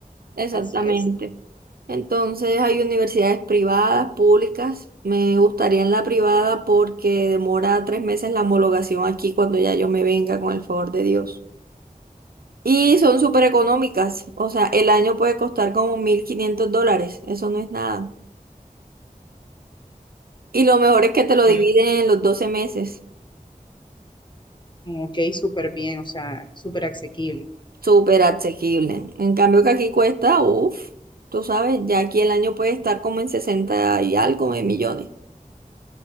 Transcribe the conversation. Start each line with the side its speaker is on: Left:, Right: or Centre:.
Right: Exactamente.
Left: así es.
Right: Entonces hay universidades privadas, públicas. Me gustaría en la privada porque demora tres meses la homologación aquí cuando ya yo me venga con el favor de Dios. Y son súper económicas. O sea, el año puede costar como 1.500 dólares. Eso no es nada. Y lo mejor es que te lo
Left: No,
Right: dividen en los 12 meses.
Left: ok, súper bien, o sea, súper asequible,
Right: Súper asequible. En cambio que aquí cuesta, uff, tú sabes, ya aquí el año puede estar como en 60 y algo de millones.